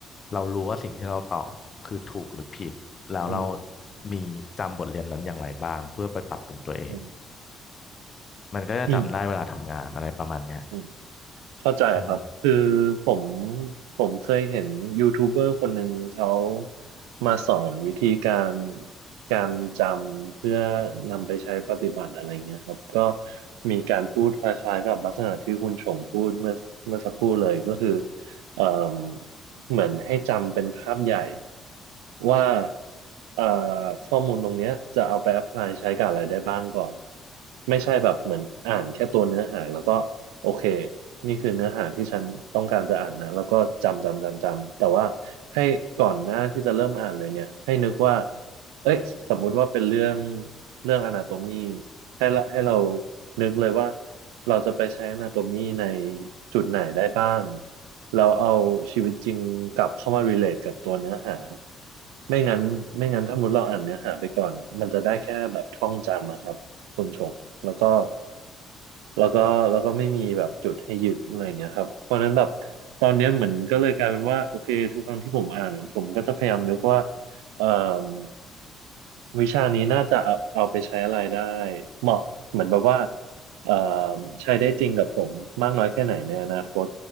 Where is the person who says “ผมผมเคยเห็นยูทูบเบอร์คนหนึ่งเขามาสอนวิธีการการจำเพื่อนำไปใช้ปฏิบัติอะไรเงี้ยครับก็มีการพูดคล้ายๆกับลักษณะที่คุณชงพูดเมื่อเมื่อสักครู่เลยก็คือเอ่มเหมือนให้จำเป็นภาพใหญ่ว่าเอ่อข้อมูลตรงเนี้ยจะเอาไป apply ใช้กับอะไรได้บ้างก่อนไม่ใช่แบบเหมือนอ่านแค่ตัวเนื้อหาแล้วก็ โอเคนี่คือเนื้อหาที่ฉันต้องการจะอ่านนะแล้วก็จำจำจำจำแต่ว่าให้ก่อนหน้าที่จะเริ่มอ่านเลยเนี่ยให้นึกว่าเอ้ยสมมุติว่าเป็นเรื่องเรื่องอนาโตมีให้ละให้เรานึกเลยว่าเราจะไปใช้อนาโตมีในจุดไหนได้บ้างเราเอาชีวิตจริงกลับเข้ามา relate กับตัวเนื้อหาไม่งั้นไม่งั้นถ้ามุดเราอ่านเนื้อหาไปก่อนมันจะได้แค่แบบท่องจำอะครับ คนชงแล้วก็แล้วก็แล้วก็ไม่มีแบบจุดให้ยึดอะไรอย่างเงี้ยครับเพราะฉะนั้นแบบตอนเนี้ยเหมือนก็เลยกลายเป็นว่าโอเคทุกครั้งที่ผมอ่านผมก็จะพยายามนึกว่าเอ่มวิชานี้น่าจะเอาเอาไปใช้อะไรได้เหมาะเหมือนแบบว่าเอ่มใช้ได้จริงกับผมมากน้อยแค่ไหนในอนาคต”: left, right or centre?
Right